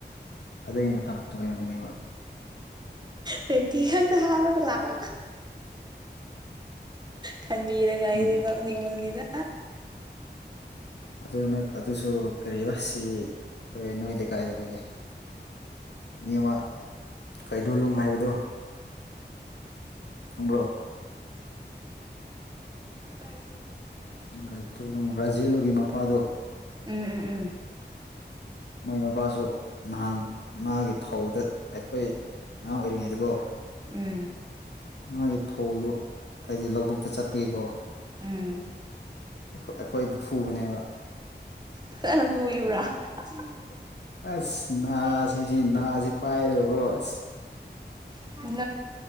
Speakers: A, on the left; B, on the right.
A: ꯑꯗꯨꯒꯤ ꯃꯇꯝꯗ ꯑꯣꯏꯔꯝꯒꯅꯦꯕ
B: ꯄꯦꯟꯇꯤ ꯈꯪꯗ ꯍꯥꯥꯎꯔꯒ ꯂꯥꯕ꯫ ꯈꯟꯕꯤꯔꯒꯥ ꯑꯩꯗꯤ
A: ꯅꯦ
B: ꯅꯣꯛꯅꯤꯡꯕꯅꯤꯗ
A: ꯑꯗꯨ ꯑꯗꯨꯁꯨ ꯀ ꯕꯥꯁꯤ ꯍꯣꯏ ꯅꯣꯏ ꯂꯩꯀꯥꯏꯗ ꯀꯩ ꯃꯤ ꯑꯃ ꯀꯩꯗꯣꯂꯅꯨꯡ ꯍꯥꯏꯕꯗꯣ ꯈꯪꯕ꯭ꯔꯣ
B: ꯀꯥꯏ <unintelligible>
A: ꯒꯥꯏꯇꯣꯂꯨꯡ ꯔꯥꯖꯨꯂꯨꯒꯤ ꯃꯄꯥꯗꯣ
B: ꯎꯝ ꯎꯝ ꯎꯝ
A: ꯃꯣꯏ ꯃꯄꯥꯁꯨ ꯅꯍꯥꯟ ꯃꯥꯒꯤ ꯐꯧꯗ ꯑꯈꯣꯏ ꯑꯉꯥꯡ ꯑꯣꯏꯔꯤꯉꯩꯗꯀꯣ꯫
B: ꯎꯝ
A: ꯃꯥꯒꯤ ꯐꯧꯗꯣ ꯍꯥꯏꯗꯤ ꯂꯧꯕꯨꯛꯇ ꯆꯠꯄꯒꯤꯀꯣ
B: ꯎꯝ
A: ꯑꯈꯣꯏ ꯑꯩꯈꯣꯏꯕꯨ ꯐꯨꯕꯅꯦꯕ
B: ꯐꯖꯅ <unintelligible>
A: ꯑꯁ ꯅꯥ ꯁꯤꯁꯤ ꯅꯥꯁꯤ ꯄꯥꯏꯔꯒꯀꯣ ꯑꯁ
B: <unintelligible>